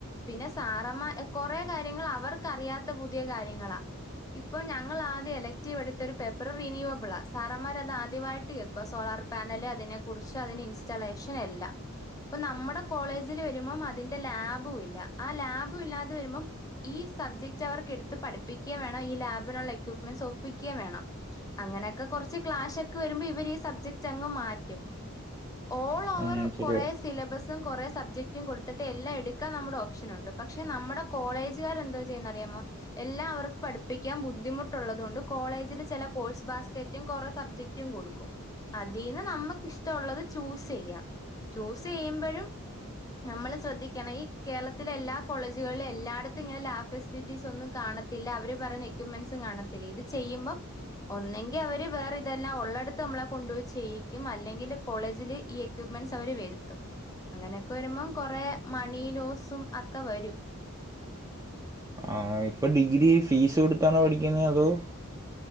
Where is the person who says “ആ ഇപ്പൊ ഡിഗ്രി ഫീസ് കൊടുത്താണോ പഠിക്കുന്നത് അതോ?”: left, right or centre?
Right